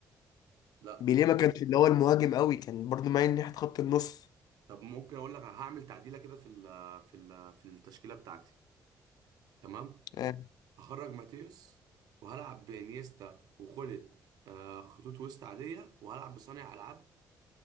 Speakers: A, on the right; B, on the left.
A: لا
B: بيليه ما كانش اللي هو المهاجم قوي كان برضو مايل ناحية خط النص
A: طب ممكن اقول لك هعمل تعديله كده في ال في ال في التشكيله بتاعتي تمام
B: آه.
A: هخرج ماتيوس وهلعب بانيستا وخلت آه خطوط وسط عاديه وهلعب بصانع العاب